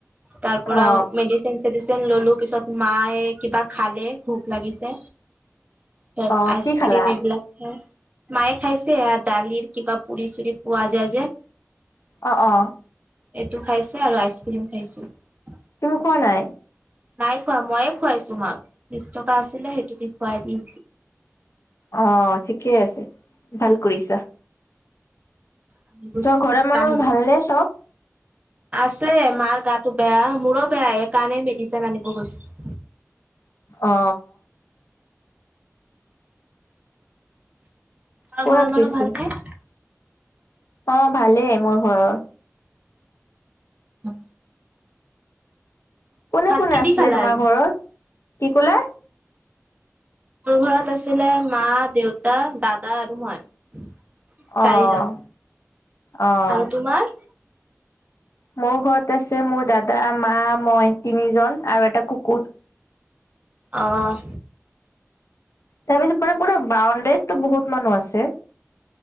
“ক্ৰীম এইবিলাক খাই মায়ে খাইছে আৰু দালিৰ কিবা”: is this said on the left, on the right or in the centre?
Right